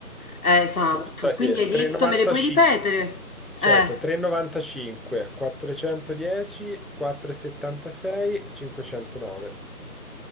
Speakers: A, on the left (about 65°); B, in the centre.
A: Eh, esatto.
B: Buttati,
A: Quindi hai
B: 395.
A: detto, me le puoi ripetere? Eh.
B: Certo, 3,95, 410, 476, 509.